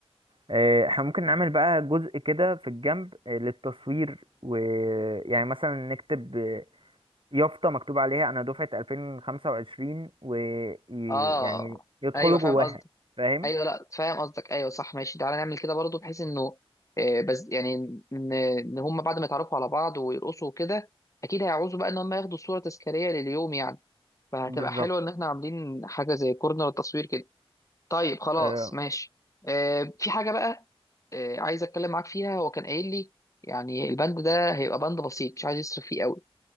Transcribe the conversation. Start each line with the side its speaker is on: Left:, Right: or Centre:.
Right: اه، احنا ممكن نعمل بقى جزء كده في الجنب اه، للتصوير ويعني مثلا نكتب اه، يافطة مكتوب عليها انا دفعة 2025 ويعني
Left: اه, آه.
Right: يدخلوا
Left: ايوه فاهم
Right: جواها
Left: قصدك
Right: فاهم
Left: ايوه لا فاهم قصدك ايوه صح ماشي تعالى نعمل كده برضو بحيث انه آه، بس يعني ان إن هم بعد ما يتعرفوا على بعض ويرقصوا كده اكيد هيعوزوا بقى ان هم ياخدوا صوره تذكاريه لليوم يعني فهتبقى
Right: بالظبط
Left: حلوه ان احنا عاملين حاجه زي كورنر تصوير كده طيب خلاص
Right: اه،
Left: ماشي آه، في حاجه بقى آه، عايز اتكلم معاك فيها هو كان قايل لي يعني البند ده هيبقى بند بسيط مش عايز يصرف فيه قوي